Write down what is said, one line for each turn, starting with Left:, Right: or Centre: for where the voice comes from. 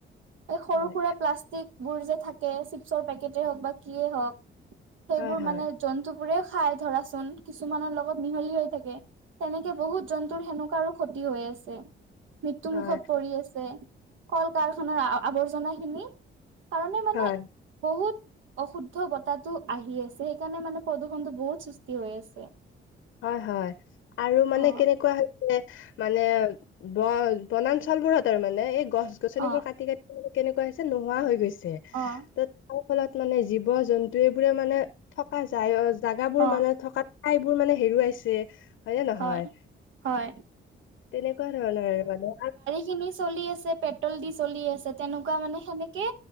Right: এই সৰু
Left: হয়
Right: সুৰা প্লাষ্টিক বোৰ যে থাকে চিপছৰ পেকেটেই হওঁক বা কিয়েই হওঁক। সেইবোৰ
Left: হয় হয়
Right: মানে জন্তু বোৰে খাই ধৰাচোন কিছুমানৰ লগত মিহলি হৈ থাকে। তেনেকে বহুত জন্তুৰ সেনেকুৱাৰ ক্ষতি হৈ আছে মৃত্যু
Left: হয়
Right: মুুখত পৰি আছে। কল কাৰখাৰ আৱৰ্জনা খিনি কাৰণে- মানে
Left: হয়
Right: বহুত অশুদ্ধ বতাহটো আহি আছে সেইকাৰণে মানে প্ৰদূষণটো বহুত সৃষ্টি হৈ আছে।
Left: হয় হয় আৰু
Right: অ',
Left: মানে কেনেকুৱা- নে মানে ব বনাঞ্চল বোৰত আৰু মানে এই গছ গছনিবোৰ
Right: অ',
Left: কাটি কাটি- কেনেকুৱা হৈছে নোহোৱা হৈ গৈছে।
Right: অঁ।
Left: ত তাৰ ফলত মানে জীৱ জন্তু এইবোৰে মানে থকা যায় জোগাবোৰ
Right: অ',
Left: মানে থকা- ঠাইবোৰ মানে হেৰুৱাইছে হয়নে নহয়?
Right: হয়, হয়।
Left: তেনেকুৱা ধৰণৰ মানে।
Right: কিনি চলি আছে, পেট্ৰল দি চলি আছে, তেনেকুৱা মানে সেনেকে